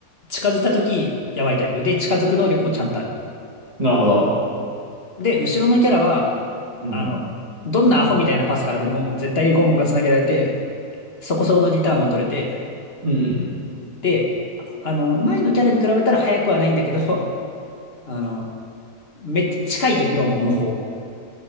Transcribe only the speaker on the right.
なるほど。
うん。
うん。
うんうん。